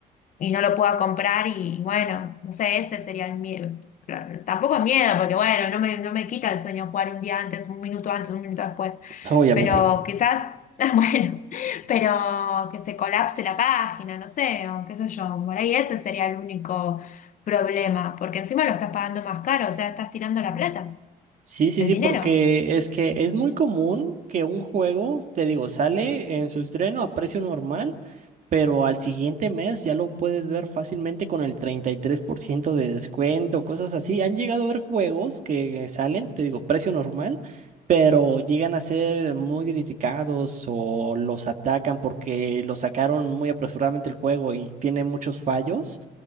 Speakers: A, on the left; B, on the right.
A: y no lo pueda comprar y bueno, no sé, ese sería el miedo. Pero Tampoco es miedo, porque bueno, no me, no me quita el sueño jugar un día antes, un minuto antes, un minuto después,
B: oye, a
A: pero
B: mí sí.
A: quizás, <laughs> bueno, pero que se colapse la página, no sé, o qué sé yo, por ahí ese sería el único problema, porque encima lo estás pagando más caro, o sea, estás tirando la plata,
B: Sí, sí,
A: el
B: sí,
A: dinero.
B: porque es que es muy común que un juego, te digo, sale en su estreno a precio normal, pero al siguiente mes ya lo puedes ver fácilmente con el 33% de descuento, cosas así. Han llegado a ver juegos que salen, te digo, precio normal, pero llegan a ser muy criticados o los atacan porque lo sacaron muy apresuradamente el juego y tiene muchos fallos.